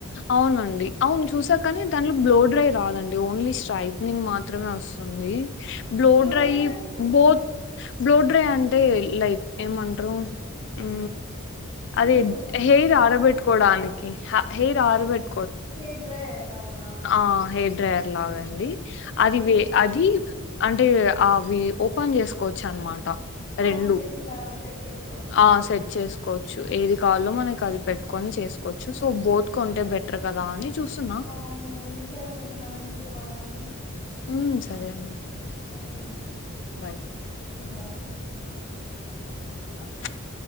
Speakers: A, on the left; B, on the left.
A: అవునండి అవును చూసాకాని దాంట్లో బ్లోడ్రై రాదండి ఓన్లీ స్ట్రైట్నింగ్ మాత్రమే వస్ తుంది బ్లో డ్రైవ్
B: డ్రై అంటే
A: బో బ్లో డ్రై అంటే లైక్ ఏమంటారు ఉ.
B: హెయిర్
A: అదె
B: కొంచెం
A: హెర్ ఆరబెట్టుకోడానికి
B: కట్ చేసిందా
A: హెర్ ఆరబెట్
B: హెయిర్ డ్రైయర్ లాగాన.
A: అ హెయిర్ డ్రయర్ లాగాండి అది
B: ఆహా
A: వే అది. అంటే అవి ఓపెన్ చేసుకోవచ్చు అనమాట. అ
B: అవును
A: రెండు
B: సెట్టింగ్ లాగా సెట్ చేసుకోవడము
A: ఆ సెట్ చేసు. చ్చు ఏది కాలో మనకి అది పెట్టుకొని చేసుకోవచ్చు సో బోత్ కొంటే బెటర్ కదా అని చూస్తున్నా.
B: అవునులేండి సరేలేండి మనం ఇంకొక్కాల్ మాట్లాడదాం.
A: ఉ సరే అండి.
B: ఓకే అండి.
A: బాయ్.
B: అ బాయ్.
A: అే